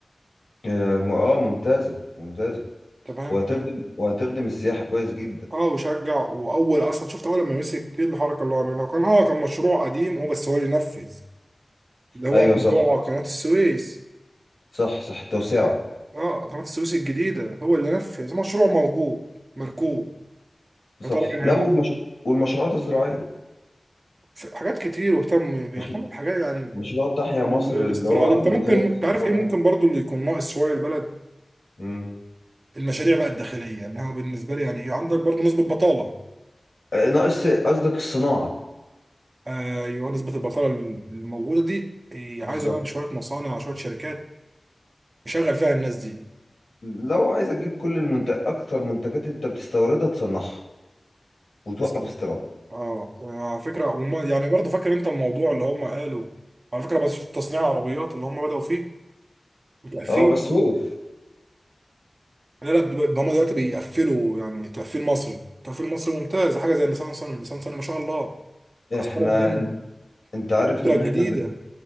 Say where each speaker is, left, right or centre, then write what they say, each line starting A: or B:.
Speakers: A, on the left; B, on the right.
A: اه م- آه، ممتازة ممتازة
B: تمام
A: وهتخدم
B: يعني
A: وهتخدم السياحة كويس جدا
B: اه وشجع واول اصلا شفت اول لما مسك ايه الحركة اللي هو عاملها كان اه كان مشروع قديم هو بس هو اللي نفذ اللي هو
A: ايوه صح
B: موضوع قناة السويس
A: صح صح التوسعة
B: اه قناة السويس الجديدة هو اللي نفذ مشروع موجود مركوب
A: صح
B: يا ترى مين
A: لا
B: هينفذ
A: والمش... والمشروعات الزراعية
B: ف- حاجات كتير واهتم بيهتم
A: مش...
B: بحاجات يعني
A: مشروع تحيا مصر
B: وال-
A: اللي
B: والاستيراد
A: هو عامله
B: انت ممكن
A: دوت
B: انت عارف
A: طبعا
B: ايه ممكن برضو اللي يكون ناقص شوية البلد
A: امم
B: المشاريع بقى الداخلية انها بالنسبة لي يعني عندك برضو نسبة بطالة
A: آه، ناقص قصدك الصناعة
B: ايوه نسبة البطالة الموجودة دي هي
A: بالظبط
B: عايزة بقى شوية مصانع شوية شركات يشغل فيها الناس دي
A: لو عايز تجيب كل المنتج اكتر منتجات انت بتستوردها تصنعها وتوقف
B: تسلم
A: استيرادها
B: اه على فكرة هم يعني برضو فاكر انت الموضوع اللي هم قالوا على فكرة بس في تصنيع العربيات اللي هم بدأوا فيه وتقفيل
A: اه بس وقف
B: لا لا دلوقتي- هما دلوقتي بيقفلوا يعني تقفيل مصري تقفيل مصري ممتاز حاجه زي نيسان صني نيسان صني ما شاء الله مكسره
A: احنا
B: الدنيا
A: انت عارف
B: الاوبترا
A: ان
B: الجديده
A: احنا بن...